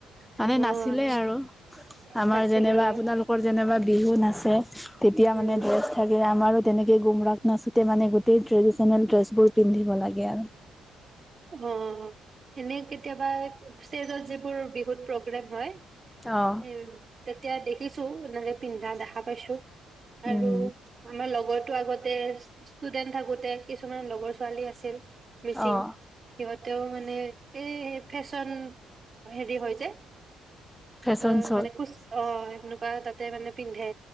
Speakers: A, in the centre; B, on the right.
A: মানে
B: উম অ'
A: নাছিলে
B: আচ্ছা
A: আৰু আমাৰ
B: নাছিলে
A: যেনিবা
B: লয়
A: আপোনালোকৰ যেনেবা বিহু নাচে তেতিয়া
B: উম
A: মানে ড্ৰেছ থাকে আমাৰো তেনেকে গোম ৰাখ নাচোতে মানে তে ট্ৰেড নে ড্ৰেছ বোৰ পিন্ধিব লাগে আৰু
B: অ এনে কেতিয়াবা স্তেজত বোৰ বিহুত প্ৰগ্ৰাম হয়
A: অ
B: উ তে এতিয়া দেখিছো এনেকে পিন্ধা দেখা পাইছো আৰু
A: উম
B: আমাৰ লগ মইতো আগতে ষ্টুডেন্ট থাকোতে কিছুমান লগৰ ছোৱালী আছিল মিচিং
A: অ
B: সিহঁতেও মানে এই ফেশ্বন হেৰি হয় যে
A: ফেশ্বন
B: অ
A: শ্ব'ত
B: মানে খুচ অ এনেকুৱা তাতে মানে পিন্ধে